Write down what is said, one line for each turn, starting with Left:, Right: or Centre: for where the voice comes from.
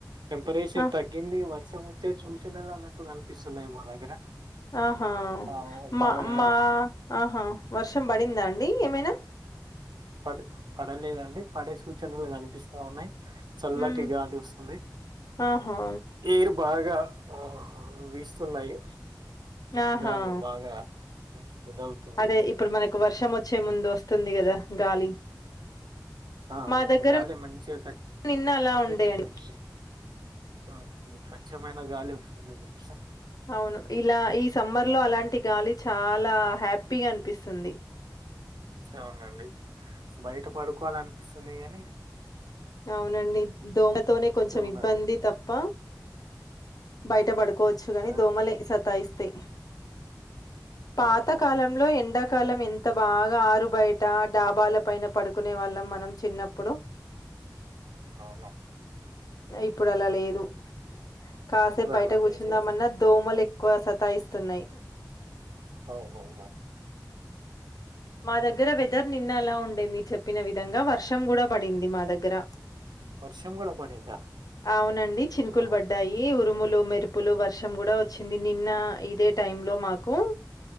Right: టెంపరేచర్
Left: ఆ,
Right: తగ్గింది వర్షం వ సూచనలు అన్నట్లు కనిపిస్తున్నాయి మా దగ్గర
Left: ఆహా
Right: ఆ
Left: మా
Right: బాగా
Left: మా ఆహా వర్షం పడిందా అండి ఏమైనా
Right: పడ పడలేదండి పడే సూచనలు కనిపిస్తా ఉన్నాయి చల్లటి
Left: ఉమ్,
Right: గాలి వస్తుంది
Left: ఆహా
Right: ఏరు బాగా బాగా వీస్తున్నాయి
Left: ఆహా
Right: గాలి బాగా ఇదవుతుంది
Left: అదే ఇప్పుడు మనకు వర్షం వచ్చే ముందు వస్తుంది కదా గాలి
Right: ఆ
Left: మా దగ్గర
Right: గాలి మంచి
Left: నిన్న అలా
Right: త
Left: ఉండేయండి
Right: స్వచ్ఛమైన గాలి వస్తుందిదంతా
Left: అవును ఇలా ఈ సమ్మర్ లో అలాంటి గాలి చాలా హ్యాపీగా అనిపిస్తుంది
Right: అవునండి బయట పడుకోవాల అనిపిస్తుంది ని
Left: అవునండి దోమతోనే కొంచెం
Right: ఉన్నది
Left: ఇబ్బంది తప్ప బయట పడుకోవచ్చు గాని
Right: ఆ
Left: దోమలే సతాయిస్తే పాత
Right: అవునవును
Left: కాలంలో ఎండాక కాలం ఎంత బాగా ఆరు బయట డాబాల పైన పడుకునే వాళ్ళం మనం చిన్నప్పుడు
Right: అవునవును
Left: ఇప్పుడు అలా లేదు కాసేపు
Right: ఇప్పుడు
Left: బయట
Right: అలా
Left: కూర్చుందామన్నా
Right: లేదు
Left: దోమలు ఎక్కువ సతాయిస్తున్నాయి
Right: అవునవును
Left: మా దగ్గర వెదర్ నిన్న అలా ఉండే మీరు చెప్పిన విధంగా వర్షం కూడా పడింది మా దగ్గర
Right: వర్షం కూడా పడిందా
Left: అవునండి చినుకులు
Right: ఆ
Left: పడ్డాయి ఉరుములు మెరుపు ప్పులు వర్షం కూడా వచ్చింది నిన్న ఇదే టైం లో మాకు